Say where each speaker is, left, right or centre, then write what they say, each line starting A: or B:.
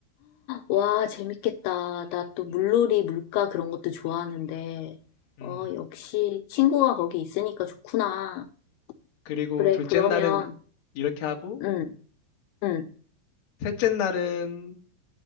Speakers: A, on the left; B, on the left.
A: 와, 재밌겠다. 나 또 물놀이, 물가 그런 것도 좋아하는데,
B: 음.
A: 어, 역시 친구가 거기 있으니까 좋구나.
B: 그리고
A: 그래,
B: 둘째
A: 그러면,
B: 날은 이렇게 하고,
A: 응, 응,
B: 셋째 날은